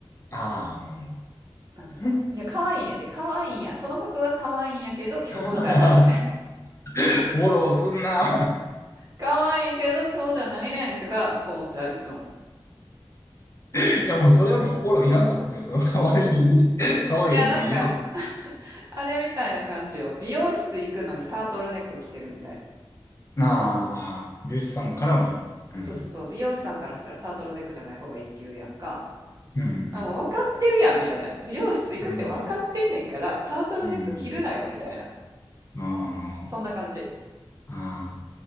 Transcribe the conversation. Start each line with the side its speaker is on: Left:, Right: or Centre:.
Left: ああ、も
Right: なんか、
Left: う。
Right: いや、可愛いねんで、可愛いんや。その服は可愛いんやけど、今日じゃない。
Left: <laughs> フォローすんな。
Right: 可愛いけど、今日じゃないねんとか思っちゃう、いつも。
Left: いやもうそれはもうフォローいらんと思うけど、その可愛い、<laughs> 可愛いもういいと思う。
Right: いや、なんか、あれみたいな感じよ。美容室行くのにタートルネック着てるみたい。
Left: ああ、美容師さんからも。うん。
Right: そうそうそう。美容師さんからしたらタートルネックじゃない方がいいって言うやんか。
Left: うん。
Right: あ、もう分かってるやんみたいな。美容室行くって分かってんねんから、
Left: うん。
Right: タートルネック着るなよみたいな。
Left: うん。うんあー
Right: そんな感じ。
Left: あ